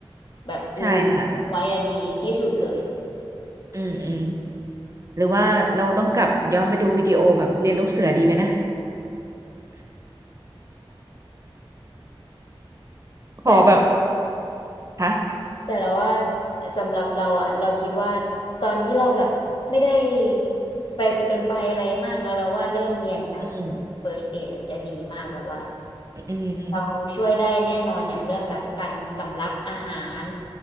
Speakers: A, on the left; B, on the right.
A: แบบรู้รู้ไว้อะดีที่สุดเลย
B: ใช่ค่ะ อืมอืมหรือว่าเราต้องกลับย้อนไปดูวิดีโอแบบเรียนลูกเสือดีไหมนะพอแบบ
A: แต่
B: ฮะ
A: แต่เราว่าสำหรับเราอ่ะเราคิดว่าตอนนี้เราแบบไม่ได้ไปประจนภัยอะไรมากเนาะเราว่าเริ่มเรียนจาก
B: อืม
A: first aid อะจะดีมากแบบว่า
B: อืม
A: เราช่วยได้แน่นอนอย่างเรื่องแบบการสำลักอาหาร